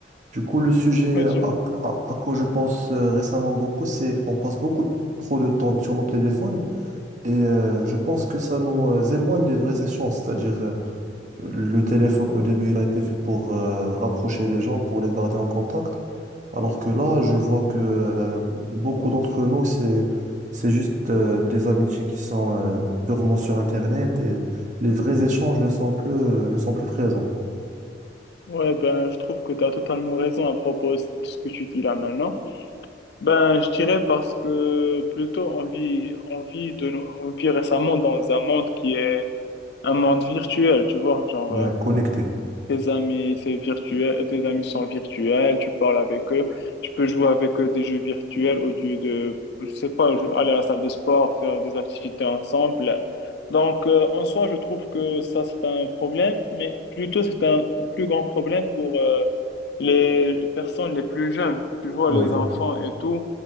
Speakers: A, on the right; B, on the left.
A: Du coup, le sujet
B: Ouais, dis-moi.
A: à, à- à quoi je pense euh, récemment beaucoup, c'est on passe beaucoup trop de temps sur nos téléphones. Et euh, je pense que ça nous euh, éloigne des vrais échanges, c'est-à-dire euh, le téléphone au début il a été fait pour euh, rapprocher les gens, pour les garder en contact, alors que là je vois que euh, beaucoup d'entre nous c'est c'est juste euh, des amitiés qui sont euh, purement sur Internet et les vrais échanges ne sont plus euh, ne sont plus présents,
B: Ouais, ben, je trouve que tu as totalement raison à propos de ce que tu dis là maintenant. Ben, je dirais parce que plutôt on vit, on vit de, nos- on vit récemment dans un monde qui est un monde virtuel, tu vois. Genre,
A: ouais,
B: euh,
A: connectés.
B: Tes amis, c'est virtuel, tes amis sont virtuels, tu parles avec eux, tu peux jouer avec eux des jeux virtuels au lieu de, je sais pas, jou- aller à la salle de sport, faire des activités ensemble. Donc, euh, en soi, je trouve que ça, c'est un problème, mais plutôt, c'est un plus grand problème pour euh, les personnes les plus jeunes, tu vois,
A: Oui,
B: les enfants et tout,